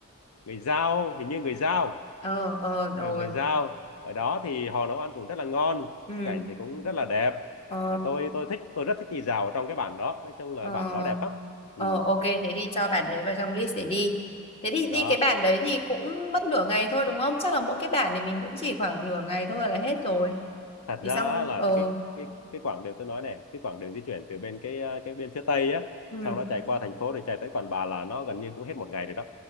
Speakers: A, on the left; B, on the left.
A: người Dao, hình như người Dao,
B: ờ ờ rồi
A: Ờ, người Dao. Ở đó thì họ nấu ăn cũng rất là ngon,
B: ừ
A: cảnh thì cũng rất là đẹp.
B: ờ
A: Và tôi tôi thích tôi rất thích đi dạo ở trong cái bản đó, nói chung là
B: ờ
A: bản đó đẹp lắm.
B: ờ
A: Ừ.
B: ok thế thì cho bản đấy vào trong list để đi thế thì đi
A: Đó
B: cái bản đấy thì cũng mất nửa ngày thôi đúng không chắc là mỗi cái bản này mình cũng chỉ khoảng nửa ngày thôi là hết rồi
A: thật
B: thì
A: ra
B: xong
A: á là
B: ờ
A: cái cái cái quãng đường tôi nói này cái quãng đường di chuyển từ bên cái ờ, cái bên phía tây á
B: ừ
A: xong nó chạy qua thành phố rồi chạy tới Quản Bạ là nó gần như cũng hết một ngày rồi đó